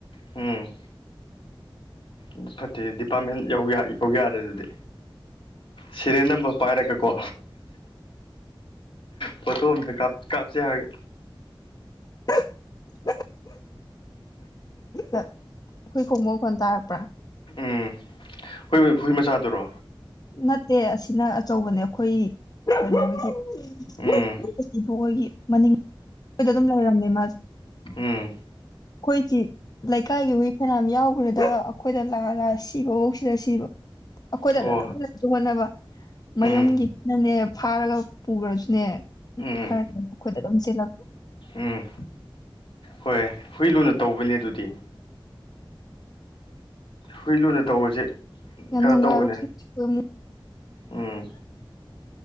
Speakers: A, on the left (about 70°); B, on the left (about 45°).
A: ꯎꯝ ꯑꯗꯨ ꯐꯠꯇꯦ ꯗꯤꯄꯥꯔꯠꯃꯦꯟ ꯌꯧ ꯌꯥꯏ ꯀꯧ ꯌꯥꯔꯦ ꯑꯗꯨꯗꯤ ꯁꯤꯔꯦ ꯅꯝꯕ ꯄꯥꯏꯔꯒꯀꯣ ꯄꯣꯊ ꯀꯥꯞ ꯀꯥꯞꯆꯦ ꯍꯥꯏꯒ
B: <inaudible> ꯑꯩꯈꯣꯏ ꯈꯣꯡꯃ ꯐꯣꯟ ꯇꯥꯔꯛꯄ꯭ꯔꯥ
A: ꯎꯝ ꯍꯨꯏ ꯍꯨꯏ ꯃꯆꯥꯗꯨꯔꯣ
B: ꯅꯠꯇꯦ ꯑꯁꯤꯅ ꯑꯆꯧꯕꯅꯦ ꯑꯩꯈꯣꯏ ꯀꯩꯅꯣ
A: ꯎꯝ
B: ꯕꯣꯏꯒꯤ ꯃꯅꯤꯡ ꯑꯩꯈꯗ ꯑꯗꯨꯝ ꯂꯩꯔꯝꯃꯦ ꯃꯥꯁꯦ ꯑꯩꯈꯣꯏꯗꯤ
A: ꯎꯝ
B: ꯂꯩꯀꯥꯏꯒꯤ ꯍꯨꯏ ꯐꯅꯌꯥꯝꯝ ꯌꯥꯎꯈ꯭ꯔꯦꯗ ꯑꯩꯈꯣꯏꯗ ꯂꯥ ꯂꯥ ꯁꯤꯕꯐꯧꯁꯤꯗ ꯁꯤꯕ ꯑꯩꯈꯣꯏꯗ
A: ꯑꯣ
B: ꯑꯗꯨ ꯑꯗꯨꯝ ꯂꯩꯁꯨ ꯍꯣꯠꯅꯕ
A: ꯎꯝ
B: ꯃꯌꯨꯝꯒꯤꯅꯅꯦ ꯐꯥꯔꯒ ꯄꯨꯈ꯭ꯔꯁꯨꯅꯦ
A: ꯎꯝ
B: ꯈꯔ ꯈꯔ ꯃꯈꯣꯏꯗ ꯑꯗꯨꯝꯁꯤꯜꯂꯛꯄ
A: ꯎꯝ ꯍꯣꯏ ꯍꯨꯏ ꯂꯨꯅ ꯇꯧꯕꯅꯦ ꯑꯗꯨꯗꯤ ꯍꯨꯏ ꯂꯨꯅ ꯇꯧꯕꯁꯤꯦ
B: ꯌꯥꯝ
A: ꯀꯩꯅꯣ
B: ꯅꯨꯡꯉꯥꯏꯕ
A: ꯇꯧꯕꯅꯦ
B: ꯑꯗꯨꯝ
A: ꯎꯝ